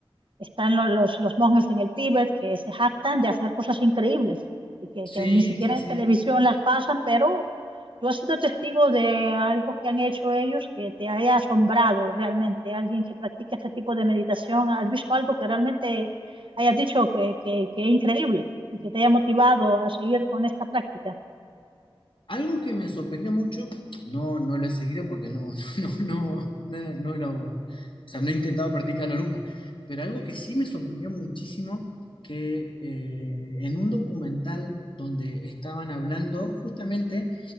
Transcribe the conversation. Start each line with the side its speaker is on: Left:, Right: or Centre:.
Right: Están lo- los, los monjes en el Tíbet que se jactan de hacer cosas increíbles y que,
Left: sí,
Right: que ni siquiera
Left: sí, sí.
Right: en televisión
Left: sí.
Right: las pasan, pero tú has sido testigo de algo que han hecho ellos que te haya asombrado realmente. Alguien que practica este tipo de meditación, ¿has visto algo que realmente hayas dicho que, que, que es increíble y que te haya motivado a seguir con esta práctica?
Left: Algo que me sorprendió mucho, no, no lo he seguido porque no, <laughs> no, no, no, no lo, o sea, no he intentado practicarlo nunca, pero algo que sí me sorprendió muchísimo, que eh, en un documental donde estaban hablando justamente